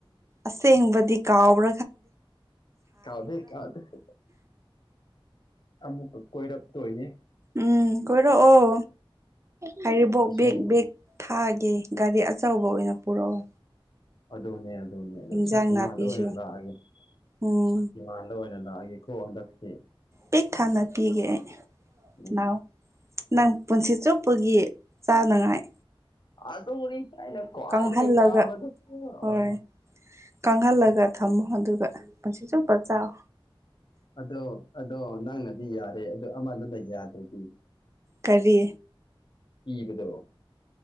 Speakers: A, on the right; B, on the left.
A: ꯑꯁꯦꯡꯕꯗꯤ ꯀꯥꯎꯕ
B: ꯀꯗꯩ ꯀꯥꯗꯇ ꯑꯃꯨꯛꯀ ꯀꯣꯏꯔꯛꯇꯣꯏꯅꯦ
A: ꯎꯝ ꯀꯣꯏꯔꯛꯑꯣ ꯍꯥꯏꯔꯤꯕꯣꯛ
B: ꯑꯁꯦꯡꯕ
A: ꯕꯦꯛ ꯕꯦꯛ ꯊꯥꯒꯦ ꯒꯥꯔꯤ ꯑꯆꯧꯕ ꯑꯣꯏꯅ ꯄꯨꯔꯛꯑꯣ
B: ꯑꯗꯨꯅꯦ ꯑꯗꯨꯅꯦ ꯑꯗꯨ
A: ꯏꯟꯖꯥꯡ
B: ꯁꯛꯇꯤꯃꯗ
A: ꯅꯥꯄꯤꯁꯨ
B: ꯑꯣꯏꯅ ꯂꯥꯛꯑꯒꯦ
A: ꯎꯝ
B: ꯁꯛꯇꯤꯃꯥꯟꯗ ꯑꯣꯏꯅ ꯂꯥꯛꯑꯒꯦꯀꯣ ꯍꯟꯗꯛꯇꯤ
A: ꯄꯦꯛ ꯊꯥꯅ ꯄꯤꯒꯦ ꯑꯩ
B: ꯎꯝ
A: ꯂꯥꯎ ꯅꯪ ꯄꯨꯟꯁꯤ ꯆꯨꯞꯄꯒꯤ ꯆꯥꯅꯉꯥꯏ
B: ꯑꯗꯨꯅꯤ ꯑꯩꯅꯥ ꯈꯋꯥꯏꯗꯒꯤ
A: ꯀꯪꯍꯜꯂꯒ
B: ꯄꯥꯝꯕꯗꯨ ꯑꯣꯏ
A: ꯍꯣꯏ ꯀꯪꯍꯜꯂꯒ ꯊꯝꯃꯣ ꯑꯗꯨꯒ ꯄꯨꯟꯁꯤ ꯆꯨꯞꯄ ꯆꯥꯎ
B: ꯑꯗꯣ ꯑꯗꯣ ꯅꯪꯅꯗꯤ ꯌꯥꯔꯦ ꯑꯗꯣ ꯑꯃꯗꯨꯅ ꯌꯥꯗ꯭ꯔꯗꯤ
A: ꯀꯔꯤ
B: ꯄꯤꯕꯗꯣ